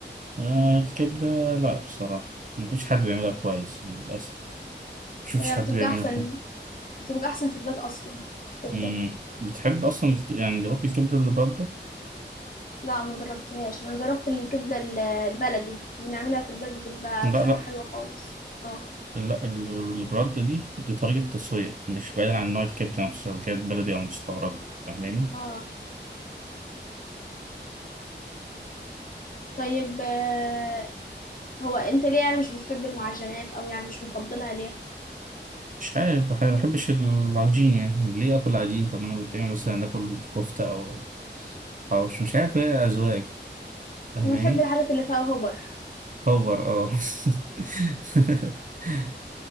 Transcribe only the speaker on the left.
هي
بتبقى
احسن
بتبقى احسن في البيت اصلا الكبدة
لا ما جربتهاش انا جربت الكبدة ال- البلدي بنعملها في البيت بتبقى
بصراحة
حلوة خالص اه
اه طيب آه، هو انت ليه يعني مش بتحب المعجنات او يعني مش مفضلها ليه
لما تحب الحاجات اللي فيها هوبر